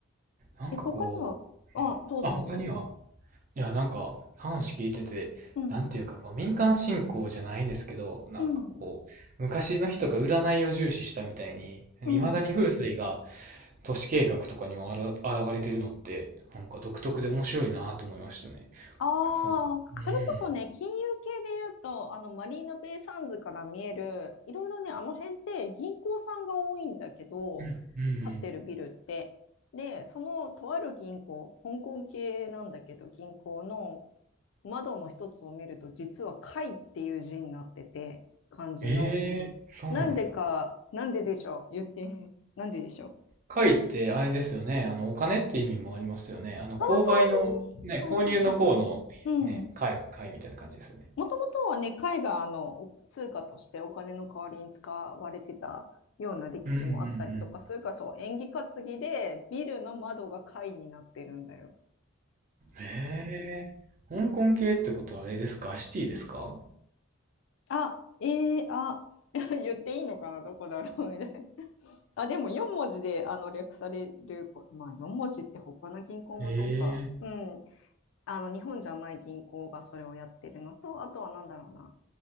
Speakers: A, on the right (about 35°); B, on the left (about 60°).
A: なんかこう、
B: え、他にはあ、
A: ねあ、
B: どうぞどうぞ。
A: 他には、いや、なんか話聞いてて、
B: うん、
A: なんていうかこう、民間信仰じゃないですけど、なんかこう、
B: うん、
A: 昔の人が占いを重視したみたいに、いまだに風水が、
B: うん。
A: 都市計画とかにもあら現れてるのって、なんか独特で面白いなと思いましたね。
B: ああ、
A: そう。うん。
B: それこそね、金融系で言うと、あの、マリーナベイサンズから見える、いろいろね、あの辺って銀行さんが多いんだけど、
A: うん。うんうん
B: 建ってるビルって。で、そのとある銀行、香港系なんだけど、銀行の窓の一つを見ると、実は貝っていう字になってて、漢字の。
A: ええそうなんだ。
B: なんでか、なんででしょう、言って、なんででしょう。
A: 赤いってあれですよね。あの、お金って意味もありますよね。あの、
B: その通り。
A: 購買の、ね、
B: そうそうそう。
A: 購入の方の、
B: うん
A: ね、買貝みたいな感じですよね。
B: もともとはね、貝があの通貨としてお金の代わりに使われてたような歴史もあったりとか、
A: うんうんうん。
B: それからそう、縁起担ぎでビルの窓が貝になってるんだよ。
A: ええ香港系ってことはあれですかシティですか
B: あ、ええあ、<laughs> 言っていいのかな、どこだろうみたいな。あ、でも4文字であの略されるこ、まあ4文字って他の銀行もそうか。
A: ええ
B: うん。あの日本じゃない銀行がそれをやってるのと、あとはなんだろうな。